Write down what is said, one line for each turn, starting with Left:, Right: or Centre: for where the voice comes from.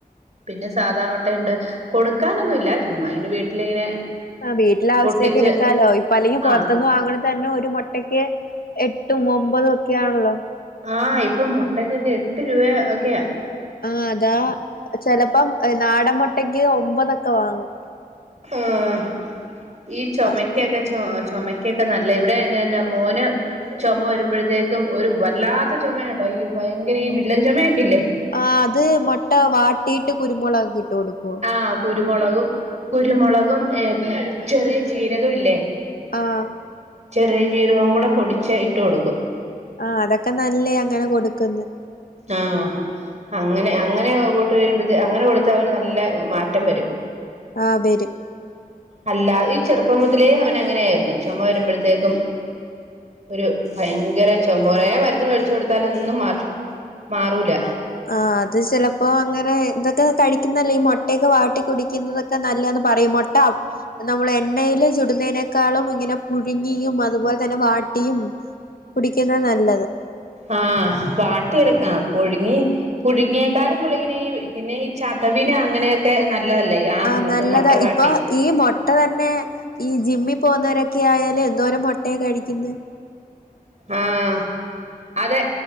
Right: പിന്നെ സാധാ മുട്ടയൂണ്ട് കൊടുക്കാനൊന്നുമല്ല ചുമ്മാ ഇങ്ങനെ വീട്ടിലിങ്ങനെ
Left: ആ വീട്ടില ആശസ്ഥത്തേക്ക്
Right: പൊട്ടിച്ച്
Left: എടുക്കാലോ ഇപ്പൊ അല്ലെങ്കിൽ പുറത്തുന്ന്
Right: ആ
Left: വാങ്ങണ തന്നെ ഒരു മുട്ടയ്ക്ക് എട്ടും ഒമ്പതും ഒക്കൊണല്ലോ
Right: ആഹ ഇപ്പൊ മുട്ടക്കൊക്കെ എട്ട് രൂപ ഒക്കെയ
Left: ആഹ അതാ ചെിലപ്പം നാടൻ മുട്ടയ്ക്ക് ഒമ്പതൊക്കെ വാങ്ങും
Right: ആഹ ഈ ചുമക്കക
Left: അപ്പൊ
Right: ച ചുമക്കൊക്കെ നല്ല ഇവിടെന്നെ മോന് ചുമ വരുമ്പോഴത്തേക്കും ഒരു വല്ലാത്ത ചുമ യാട്ടാ ഈ ഭയങ്കര ഈ വില്ലൻ ചുമയാക്കിയില്ലേ
Left: ആ അത് മുട്ട വാട്ടിയിട്ട് കുരുമുളകക്കെ ഇട്ട് കൊടുക്കുവ
Right: ആഹ കുരുമുളകും കുരുമുളകും ഏ ചെറിയ ജീരകം ഇല്ലേ
Left: ആഹ്
Right: ചെറിയ ജീരകവും കൂടെ പൊടിച്ച് ഇട്ട് കൊടുക്കും
Left: ആഹ് അതൊക്കെ നല്ലേ അങ്ങനെ കൊടുക്കന്ന്
Right: ആഹ് അങ്ങനെ അങ്ങനെ പോട്ട് വരുമ്പോ അങ്ങനെ കൊടുത്ത അവന് നല്ല മാറ്റം വരും
Left: ആഹ് വരും
Right: അല്ലാത ഈ ചെറുപ്പം മുതലേ അവൻ അങ്ങനെ ആയിരുന്നു ചുമ വരുമ്പോഴത്തേക്കും ഒരു ഭയങ്കര ചമ്പോരേ മരുന്ന് മേടിച്ചു കൊടുത്താലെ ഒന്നും മാറും മാറൂല
Left: ആഹ് അത് ചിലപ്പോ അങ്ങനെ ഇതൊക്കെ കഴിക്കുന്നല്ലേ ഈ മുട്ടയൊക്കെ വാട്ടി കുടി ഇന്നൊക്ക ന്നല്ലെന്ന് പറയും മൊട്ട നമ്മള് എണ്ണല് ചുടുന്നതിനെക്കാളും ഇങ്ങനെ പുഴുങ്ങിയും അതുപോലെ തന്നെ വാട്ടിയും കുടിക്കുന്ന നല്ലത്.
Right: ആഹ് വാട്ടിയെടുക്ക ആഹ് പുഴുങ്ങി പുഴുങ്ങിയക്കാരും കുടെങ്ങനെ ഈ പിന്നെ ഈ ചതവിന് അങ്ങനെയൊക്കെ നല്ലതല്ലേ ആ
Left: ആഹ് നല്ലെതാ
Right: മുട്ട വാട്ടി
Left: ഇപ്പൊ ഈ മൊട്ട തന്നെ ഈ ജിമ്മിൽ പോകുന്നവരൊക്കെ ആയാല് എന്തോര മൊട്ടയാ കഴിക്കുന്നേ.
Right: ആഹ് അതെ